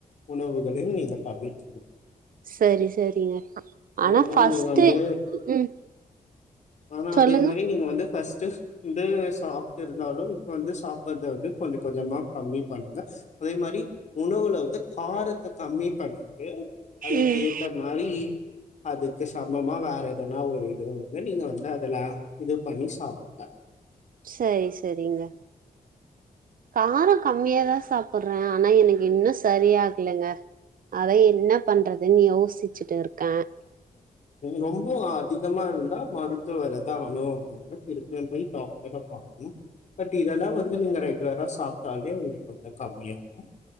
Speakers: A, on the left; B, on the right.
A: உணவுகளையும் நீங்க தவிர்க்கணும்
B: சரி சரிங்க
A: அதே
B: ஆனா
A: மாதிரி
B: ஃபஸ்ட்டு
A: நீங்க வந்து
B: ம்
A: ஆனா
B: சொல்லுங்க
A: அதே மாதிரி நீங்க வந்து ஃபர்ஸ்ட்டு வந்து சாப்பிட்டு இருந்தாலும் இப்போ வந்து சாப்பிட்றத வந்து கொஞ்சம் கொஞ்சமாக கம்மி பண்ணுங்கள் அதே மாதிரி உணவு வந்து காரத்தை கம்மி பண்ணி அதுக்கு
B: ம்
A: ஏற்ற மாதிரி அது சமமா வேற எதனா ஒரு இது வந்து நீங்க வந்து இதெலாம் இது பண்ணி சாப்பிடு
B: சரி சரிங்க காரம் கம்மியாதான் சாப்பிடுறேன் ஆனா எனக்கு இன்னும் சரியாகலைங்க அதை என்ன பண்றதுன்னு யோசிச்சுட்டு இருக்கேன்
A: ரொம்ப அதிகமா இருந்தா மருத்துவரதான் அனுகனு நம்ம திருப்பியும் போய் டாக்டரை பாரக்கணும் பட் இதெல்லாம் வந்து நீங்க ரெகுலரா சாப்பிட்டாலே உங்களுக்கு வந்து கம்மியாகும்